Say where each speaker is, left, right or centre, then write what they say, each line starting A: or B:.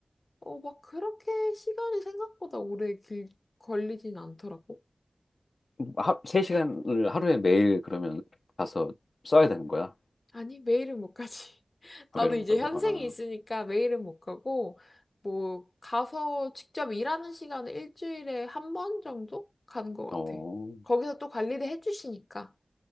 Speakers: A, on the left; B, on the left.
A: 어, 막 그렇게 시간이 생각보다 오래 길, 걸리진 않더라고.
B: 음. 하, 세 시간을 하루에 매일 그러면 가서 써야 되는 거야.
A: 아니, 매일은 못 가지. <laughs> 나도
B: 아, 매일
A: 이제
B: 못 가고.
A: 현생이
B: 아,
A: 있으니까 매일은 못 가고 뭐 가서 직접 일하는 시간은 일주일에 한 번 정도 가는 것 같아.
B: 어,
A: 거기서 또 관리를 해주시니까.